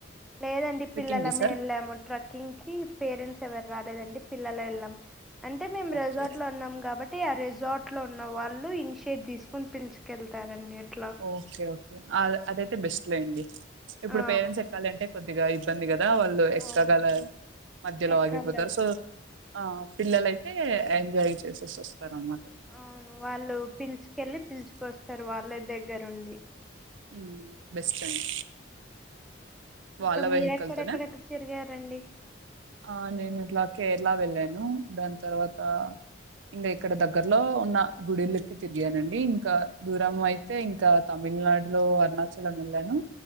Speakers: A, in the centre; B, on the right.
A: లేదండి
B: ట్రెక్కింగ్
A: పిల్లలమే
B: చేసారు
A: ఎళ్ళాము. ట్రక్కింగ్ కీ పేరెంట్స్ ఎవరు రాలేదండి పిల్లలే ఏళ్ళాం. అంటే మేం
B: ఓకే
A: రెజార్ట్ లో ఉన్నాం కాబట్ట్. టి ఆ రిజార్ట్ లో ఉన్న వాళ్ళు ఇనిషియేట్ తీసుకొన్ పిలుచుకెళ్తారండి. ఎట్లా
B: ఓకే ఓకే అద్ అదైయితే బెస్ట్ లేండి ఇప్పుడు
A: ఆ
B: పేరెంట్స్ ఎక్కాలి అంటే. కొద్దిగా ఇబ్బందిగదా వాళ్ళు
A: అవును
B: ఎక్కగలర్ మధ్యలో
A: ఎక్కలేరు
B: ఆగిపోతరు సో. ఆ పిల్లలైతే ఎంజాయ్ చేశేశీ వస్తార్ అనమాట.
A: అవును వాళ్ళు పిలుచుకెళ్ళి పిలుచుకొస్తారు వాళ్ళే దగ్గరుండి.
B: హ్మ్ బెస్ట్ అండి వాళ్ళ
A: ఇంకా మీరెక్కడెక్కడెక్కడ
B: వెహికల్ తోనే
A: తిరిగారండి.
B: ఆ నేను ఇట్లా కేరళా వెళ్ళాను దాని తర్వాతా. ఇంగా ఇక్కడ దగ్గరలో ఉన్నా గుడిలికి తిరిగానండి ఇంకా దూరం అయి తే ఇంకా తమిళనాడులో అరుణాచలం వెళ్ళానూ.